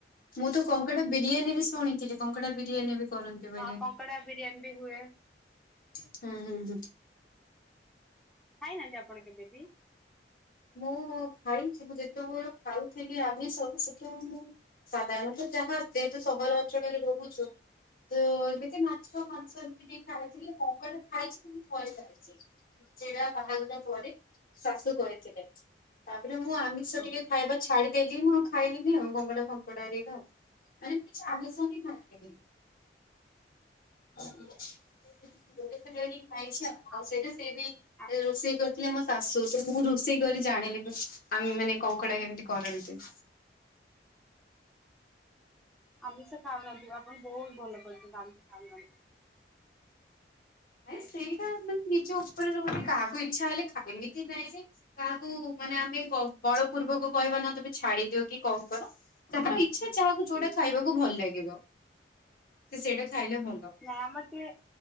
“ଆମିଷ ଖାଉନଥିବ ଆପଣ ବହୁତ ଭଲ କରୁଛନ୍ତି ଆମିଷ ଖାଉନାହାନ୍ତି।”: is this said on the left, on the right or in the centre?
Centre